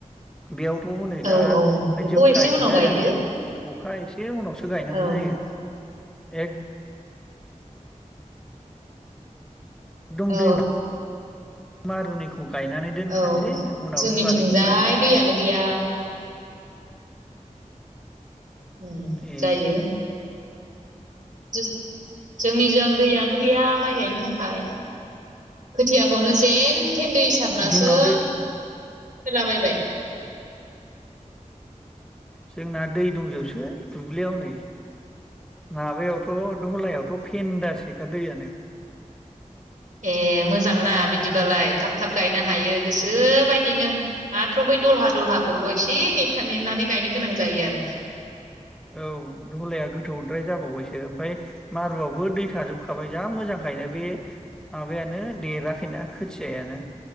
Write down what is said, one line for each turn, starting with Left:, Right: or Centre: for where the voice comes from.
Centre: बेयावथ' हनै
Right: औ
Centre: दा
Right: औ
Centre: बायदियाव
Right: बेखौ एसे
Centre: गायजायानो
Right: उनाव गायदो
Centre: अखा एसे उनावसो गायनांगौ
Right: औ
Centre: जायो। एक दं दैबो
Right: औ
Centre: मारुनिखौ खौ गायनानै दोनखानोसै
Right: औ
Centre: उनाव
Right: जोंनिथिंजाय
Centre: दलानिखौ गायनोसै
Right: दैयानो गैया ओम
Centre: ए
Right: जायो दे <unintelligible> जोंनिजों दैयानो गैया माइ गायनो थाखाय खोथियाखौनो जे जेन थेन दै सारनासो
Centre: जोंनाव
Right: फोलाबायबाय
Centre: दै
Right: ।
Centre: जोंना दै दंजोबसै दुब्लियाव नै माबायावथ' दहलायावथ' फेन्दासेखा दैयानो।
Right: ए मोजांना बिदिबालाय थाब थाब गायनो हायो गोसोबायदिनो माथ्र बै दलहा दलहाखौल' एसे नेथ नेेनानै गायनो गोनां जायो आरो।
Centre: औ दहलाया गोथौद्राय जाबावबायसो ओमफ्राय मारुआवबो दै थाजोबखाबाय जा मोजांखायनो बे माबायानो देराखैना खोथियायानो।